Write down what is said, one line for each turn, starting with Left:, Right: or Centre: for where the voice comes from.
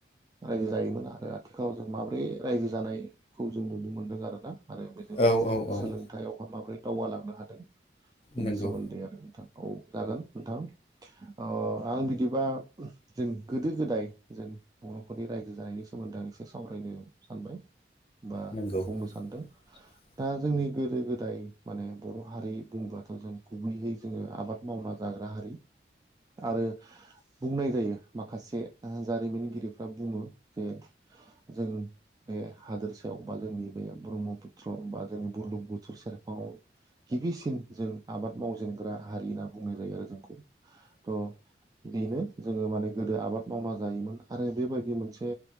Right: रायजो जायोमोन आरो आथिखालाव जों माब्रै रायजो जानायखौ जों नुनो मोनदों आरोना आरो बेजों
Left: औ
Right: लोगोसे जों
Left: औ
Right: सोलों थायावहा माबोरै दावगालांनो हादों बेनि
Left: नंगौ
Right: सोमोन्दै आरो नोंथां औ जागोन नोंथां। अ आं बिदिबा जों गोदो गोदाय जों बर'फोरनि रायजो जानायनि सोमोन्दै आं एसे सावरायनो सानबाय बा
Left: नंगौ
Right: बुंनो सानदों।
Left: <inaudible>
Right: दा जोंनि गोदो गोदाय माने बर' हारि बुंबाथ' जों गुबैयै जोङो आबाद मावना जाग्रा हारि। आरो बुंनाय जायो माखासे जारिमिनगिरिफ्रा बुङो जे जों बे हादोरसायाव बा जोंनि बे ब्रह्मपुत्र बा जोंनि बुरलुं बुथुर सेरफाङाव गिबिसिन जों आबाद मावजेनग्रा हारि होनना बुंनाय जायो आरो जोंखौ औ बेनो जोङो माने गोदो आबाद मावना जायोमोन आरो बेबायदि मोनसे